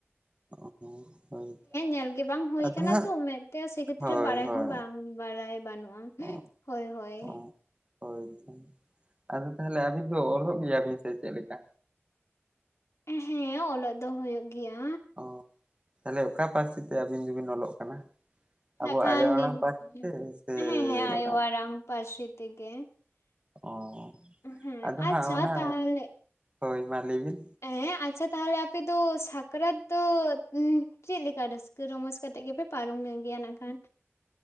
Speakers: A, on the right (about 25°); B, on the left (about 80°).
A: <unintelligible>
B: ᱧᱮᱞ ᱜᱮ ᱵᱟᱝ ᱦᱩᱭ
A: ᱟᱫᱚ
B: ᱟᱠᱟᱱᱟ
A: ᱦᱟᱸᱜ
B: ᱛᱚ ᱢᱮᱫ ᱛᱮ ᱥᱮ ᱠᱷᱮᱛᱨᱮ
A: ᱦᱳᱭ
B: ᱵᱟᱲᱟᱭ
A: ᱦᱳᱭ
B: ᱦᱚᱸ ᱵᱟᱝ ᱵᱟᱲᱟᱭ ᱵᱟᱹᱱᱩᱜ-ᱟ᱾
A: ᱦᱚᱸ
B: ᱦᱳᱭ ᱦᱳᱭ᱾
A: ᱦᱚᱸ ᱦᱳᱭ ᱛᱚ ᱟᱫᱚ ᱛᱟᱦᱚᱞᱮ ᱟᱹᱵᱤᱱ ᱫᱚ ᱚᱞᱚᱜ ᱜᱮᱭᱟᱵᱤᱱ ᱥᱮ ᱪᱮᱫ ᱞᱮᱠᱟ᱾
B: ᱦᱮᱸ ᱚᱞᱚᱜ ᱫᱚ ᱦᱩᱭᱩᱜ ᱜᱮᱭᱟ᱾
A: ᱚ ᱛᱟᱦᱚᱞᱮ ᱚᱠᱟ ᱯᱟᱹᱨᱥᱤ ᱛᱮ ᱟᱹᱵᱤᱱ ᱫᱚᱵᱤᱱ ᱚᱞᱚᱜ ᱠᱟᱱᱟ᱾
B: ᱱᱟ
A: ᱟᱵᱚ
B: ᱠᱷᱟᱱ
A: ᱟᱭᱳ
B: <inaudible>
A: ᱟᱲᱟᱝ ᱯᱟᱹᱨᱥᱤ ᱛᱮ ᱥᱮ
B: ᱦᱮᱸ ᱦᱮᱸ ᱟᱭᱳ
A: ᱚᱱᱟ
B: ᱟᱲᱟᱝ ᱯᱟᱹᱨᱥᱤ ᱛᱮᱜᱮ᱾
A: ᱚᱻ
B: ᱦᱮᱸ
A: ᱟᱫᱚ
B: ᱟᱪᱪᱷᱟ
A: ᱦᱟᱸᱜ ᱚᱱᱟ,
B: ᱛᱟᱦᱚᱞᱮ
A: ᱦᱳᱭ ᱢᱟ ᱞᱟᱹᱭ ᱵᱤᱱ?
B: ᱦᱮᱸ ᱟᱪᱪᱷᱟ ᱛᱟᱦᱚᱸᱞᱮ ᱟᱯᱮ ᱫᱚ ᱥᱟᱠᱨᱟᱛ ᱫᱚ, ᱩ ᱪᱮᱫ ᱞᱮᱠᱟ ᱨᱟᱹᱥ ᱠᱟᱹ ᱨᱚᱢᱚᱡ ᱠᱟᱛᱮᱜ ᱜᱮᱯᱮ ᱯᱟᱨᱚᱢᱮᱜ ᱜᱮᱭᱟ ᱱᱟᱜ ᱠᱷᱟᱱ᱾